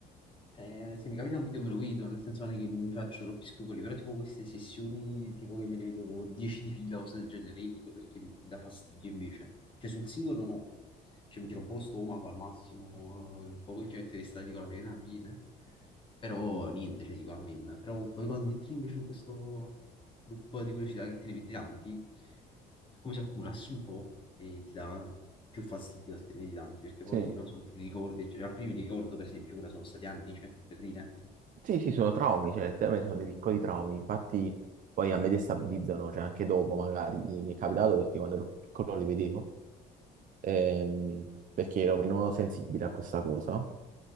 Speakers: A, on the left; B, on the right.
A: cioè, se mi capita un video me lo vedo, nel senso non è che mi faccio troppi scrupoli, però tipo queste sessioni, tipo che me ne vedo 10 di fila o cose del genere, evito perché mi dà fastidio invece. Cioè sul singolo no, cioè mi tiro un po' lo stomaco al massimo, eh, poi quel gente di stare dico la verità, mi viene. Però niente, cioè dico amen. Però poi quando entri invece in questo loop di curiosità che te ne vedi tanti, come se accumulassi un po' e ti dà più fastidio se te ne vedi tanti, perché poi,
B: sì.
A: non so, te li ricordi, cioè, alcuni mi ricordo, per esempio, ora sono stati anni, cioè, per dire.
B: Sì, sì, sono traumi, cioè, letteralmente sono dei piccoli traumi, infatti poi a me destabilizzano, cioè anche dopo magari mi è capitato perché quando ero più piccolo li vedevo, ehm, perché ero meno sensibile a questa cosa.